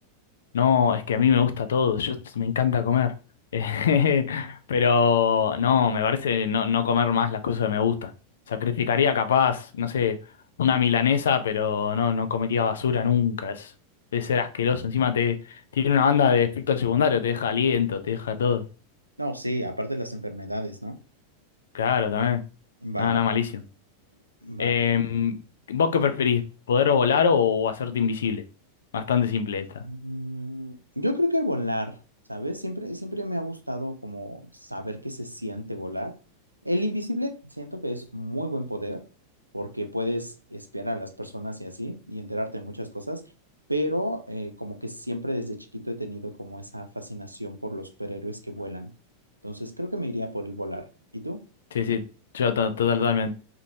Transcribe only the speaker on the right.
No, sí, aparte de las enfermedades, ¿no?
Va, va,
va. Vale.
Mm, Yo creo que volar, ¿sabes? Siempre, siempre me ha gustado como saber qué se siente volar. El invisible siento que es muy buen poder porque puedes espiar a las personas y así y enterarte de muchas cosas, pero eh, como que siempre desde chiquito he tenido como esa fascinación por los superhéroes que vuelan. Entonces creo que me iría por el volar. ¿Y tú?